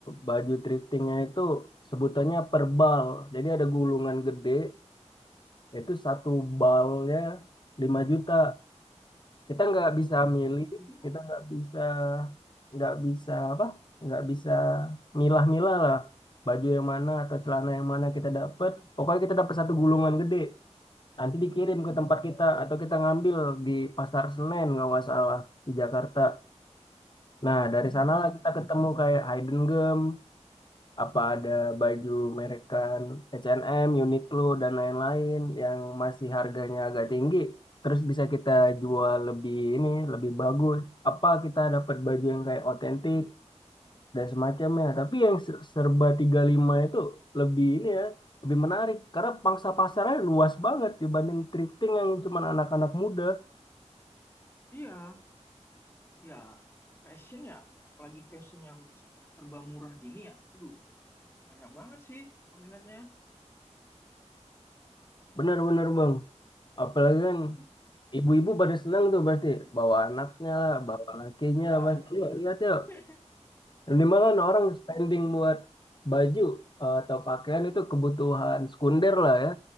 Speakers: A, on the left; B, on the left.
A: baju thriftingnya itu sebutannya per bal jadi ada gulungan gede itu satu balnya lima juta kita nggak bisa
B: Uh,
A: milih
B: ini gitu.
A: kita nggak bisa nggak bisa apa nggak bisa milah-milah lah baju yang mana atau celana yang mana kita dapat pokoknya kita dapat satu gulungan gede nanti dikirim ke tempat kita atau kita ngambil di pasar Senen kalau nggak salah di Jakarta nah dari
B: Hmm,
A: sanalah kita ketemu kayak Hidden Gem apa ada baju merekan H&M, Uniqlo dan lain-lain yang masih harganya agak tinggi terus bisa kita jual lebih ini lebih bagus apa kita dapat baju yang kayak otentik dan semacamnya tapi yang ser- serba 35 itu lebih ini ya lebih menarik karena pangsa pasarnya luas banget dibanding thrifting yang cuma anak-anak muda
B: iya. Ya, fashion ya, apalagi fashion yang serba murah gini ya. Waduh, banyak banget sih peminatnya.
A: benar-benar bang apalagi kan
B: Hmm.
A: Ibu-ibu pada senang tuh pasti bawa anaknya,
B: Nah,
A: bawa lakinya
B: jelas.
A: pasti. Yuk, lihat yuk
B: <laughs>
A: minimal orang spending buat baju eh, atau pakaian itu kebutuhan sekunder lah ya.